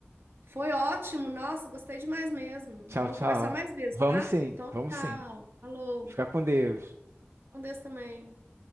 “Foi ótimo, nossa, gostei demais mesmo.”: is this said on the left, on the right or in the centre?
Right